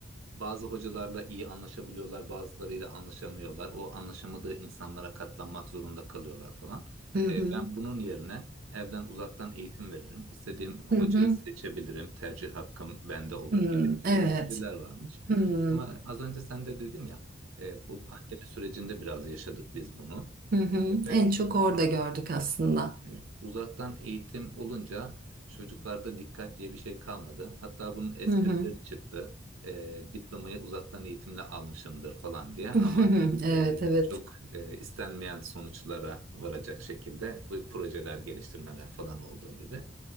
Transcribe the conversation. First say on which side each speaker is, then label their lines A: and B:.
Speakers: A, on the right; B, on the right.
A: bazı hocalarla iyi anlaşabiliyorlar, bazılarıyla anlaşamıyorlar. O anlaşamadığı insanlara katlanmak zorunda kalıyorlar falan.
B: Hı hı.
A: Ee, ben bunun yerine evden uzaktan eğitim veririm. İstediğim hocayı
B: Hı hı.
A: seçebilirim. Tercih hakkım bende olur
B: Hmm,
A: gibi böyle
B: evet.
A: düşünceler varmış.
B: Hı hı.
A: Ama az önce sen de dedin ya, e, bu pandemi sürecinde biraz yaşadık biz bunu.
B: Hı hı.
A: E, ve-
B: En çok orada gördük
A: Evet.
B: aslında.
A: E, Uzaktan eğitim olunca çocuklarda dikkat diye bir şey kalmadı. Hatta bunun esprileri
B: Hı hı.
A: çıktı. E, diplomayı uzaktan eğitimle almışımdır falan diye ama
B: <laughs> Evet,
A: e,
B: evet.
A: çok e, istenmeyen sonuçlara varacak şekilde bu projeler geliştirmeler falan olduğu gibi.